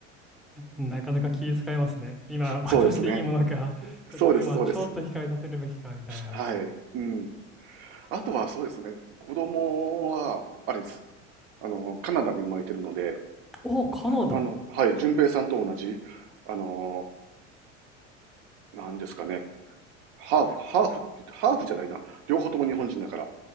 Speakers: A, in the centre; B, on the right.
A: なかなか気遣いますね。今、渡していいものか、
B: そうですね。
A: <laughs>
B: そうです、
A: それとも今、
B: そうです。
A: ちょっと控えさせるべきか、みたいな。
B: はい。うん。あとはそうですね、子供は、あれです。あの、カナダで生まれてるので、
A: おカナダ。
B: あの、はい、順平さんと同じ、あの、なんですかね、ハーフ、ハーフって言って、ハーフじゃないな。両方とも日本人だから。